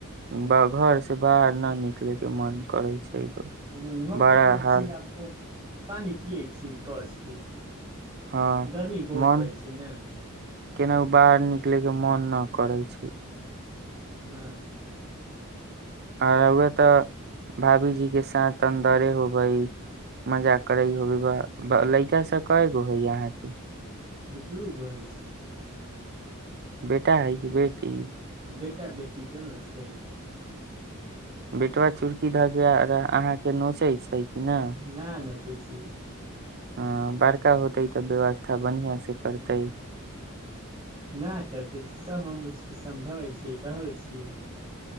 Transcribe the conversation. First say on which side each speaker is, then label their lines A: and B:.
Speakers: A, on the right; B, on the right.
A: घर से बाहर न निकले के मन करे छै ब-
B: हु हम
A: बड़ा
B: तऽ कहै
A: हाल
B: छी आपको पानि पियै छी कसके
A: हँ
B: गर्मी बहुत
A: मन
B: पड़ै छै न
A: केनाहु बाहर निकले के मन न करै छै
B: हँ
A: आ रौआ तऽ भाभीजी के साथ अन्दरे होबै मजा करे होबे लइका सब कयगो होय अहाँके <unintelligible>
B: बुधुरो बहइ छै
A: बेटा हइ कि बेटी
B: बेटा बेटी दुनू छै
A: बेटुआ चुड़की धके अहाँके नोचै छै न
B: ना नचै छी
A: ह अ बड़का होतै तऽ व्यवस्था बढ़िआँ सँ करतै
B: ना करतै सभ हम उस समझाबै छियै पढ़बैत छियै